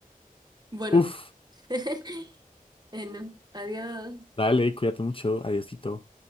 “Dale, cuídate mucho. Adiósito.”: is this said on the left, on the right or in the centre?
Left